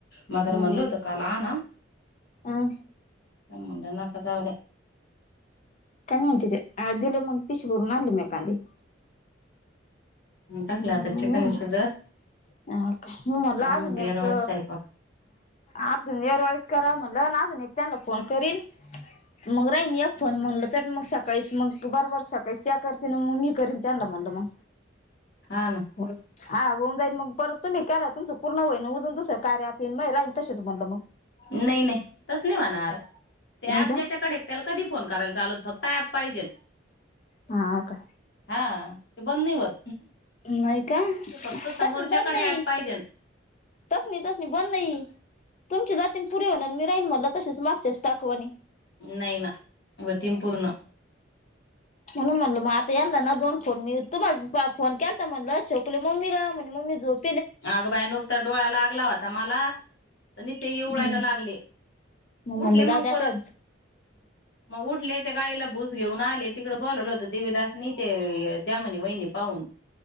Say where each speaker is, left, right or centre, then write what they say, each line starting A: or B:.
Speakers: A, on the left; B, on the left.
A: मा तरं
B: हम्म
A: म्हणल होतं काल आणा.
B: अ
A: पण म्हणलं नका जाऊ द्या.
B: कमी होती ते दिले मग पिशी भरून आणली म्या कांदे.
A: द्या टाकलं
B: हम्म
A: आता चिकन
B: मी
A: शिजत
B: म्हणल
A: मग
B: अजून
A: दरवेळेस
B: एक
A: स्वयंपाक
B: अजून येरवाळीस करा म्हणलं अजून मी त्यांना फोन करीन मग राहिन एक फोन म्हणल चट मग सकाळीच मग बारबार सकाळीच त्या करते न मग मी करीन त्यांनला म्हणल मग
A: हा ना
B: हो हा होऊन जाईन मग परत तुम्ही केला तुमचं पूर्ण होईन उरून दुसरं कार्या आप येईन मे राहीन तसेच म्हटलं मग
A: नई नई तस नाई व्हणार. त्या
B: नाही
A: अप
B: का
A: ज्याच्याकडे त्याला कधी फोन करायला चालत. फक्त अँप पाहिजेत.
B: हां का?
A: हां ते बंद नाई होत.
B: नाही का?
A: ते फक्त समोरच्याकडे
B: तसच बंद नाही.
A: ऍप पाहिजे
B: तस नाही तस नाही बंद नाही तुमचे जातीन पुरे अन् मी राहीन म्हणल तसेच मागच्या स्टॉक वाणी
A: नाही ना व्हतीन पूर्ण.
B: म्हणून म्हणलं म आता याना ना दोन फोन मी तुमला फोन केलता म्हणलं छकुली मम्मी ग म्हणे मम्मी झोप
A: आगबाय नुकता डोळा लागला होता मला निसते यिवळायला
B: हम्म
A: लागले
B: म्हणलं
A: उठले
B: जाऊ
A: मग
B: द्या
A: परत
B: त्या
A: मग उठले ते गाईला भूस घेऊन आले तिकड बोलवलं होत देवीदास नी ते द्या म्हने वहिनी पाहून